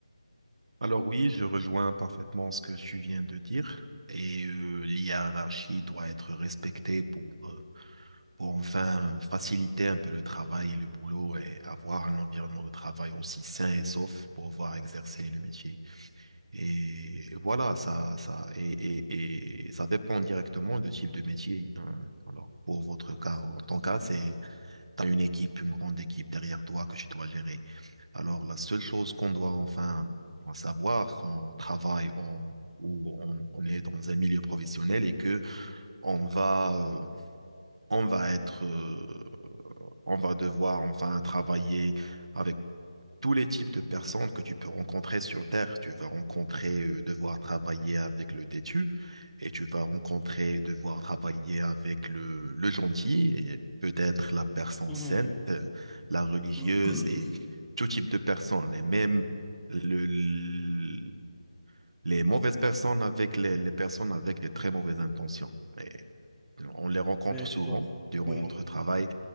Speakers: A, on the right; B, in the centre.
A: Alors oui, je rejoins parfaitement ce que tu viens de dire. Et euh, l'hierarchie doit être respectée pour, euh, pour enfin faciliter un peu le travail et le boulot et avoir un environnement de travail aussi sain et sauf pour pouvoir exercer le métier. Et voilà, ça, ça, et, et, et ça dépend directement du type de métier. hein. Alors, pour votre cas, ou ton cas, c'est, tu as une équipe, une grande équipe derrière toi que tu dois gérer. Alors, la seule chose qu'on doit enfin savoir quand on travaille en- ou on, on est dans un milieu professionnel et que on va, euh, on va être, euh, on va devoir enfin travailler avec tous les types de personnes que tu peux rencontrer sur Terre. Tu vas rencontrer euh, devoir travailler avec le têtu et tu vas rencontrer devoir travailler avec le, le gentil et peut-être la personne
B: Mhm.
A: sainte, euh, la religieuse
B: <coughs>
A: et tout type de personnes. Et même le- le- les mauvaises personnes avec les, les personnes avec des très mauvaises intentions. Et on les rencontre
B: Mais tu
A: souvent
B: dois.
A: durant
B: Oui,
A: notre travail.